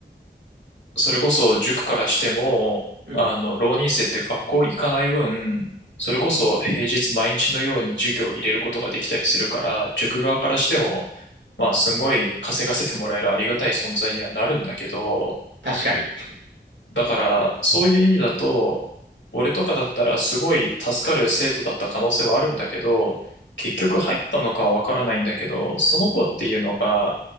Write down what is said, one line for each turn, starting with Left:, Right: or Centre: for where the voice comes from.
Left: う、それこそ塾からしても、
Right: うん。
Left: あの、浪人生って学校行かない分、それこそ平日毎日のように授業を入れることができたりするから、塾側からしても、まあ、すごい稼がせてもらえるありがたい存在にはなるんだけど、
Right: 確かに。
Left: だから、そういう意味だと、俺とかだったらすごい助かる生徒だった可能性はあるんだけど、結局入ったのかはわからないんだけど、その子っていうのが